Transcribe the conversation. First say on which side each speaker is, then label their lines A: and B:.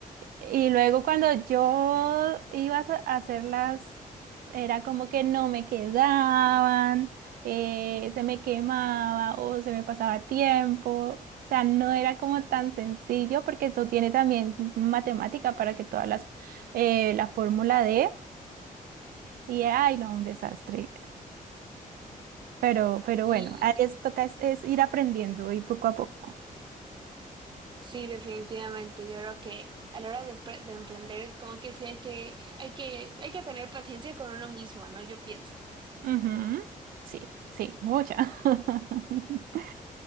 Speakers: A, on the right (about 85°); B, on the right (about 30°).
A: Y luego cuando yo iba a sa- a hacerlas, era como que no me quedaban, eh, se me quemaba o se me pasaba tiempo. O sea, no era como tan sencillo porque esto tiene también matemática para que todas las, eh, la fórmula de, y ay, no, un desastre. Pero, pero
B: Sí,
A: bueno, a- es, toca es, es ir aprendiendo y poco a poco.
B: sí, definitivamente. Yo creo que a la hora de, pre- de emprender, como que sí hay que, hay que, hay que tener paciencia con uno mismo, ¿no? Yo pienso.
A: Ujú. Sí, sí, mucha. <laughs>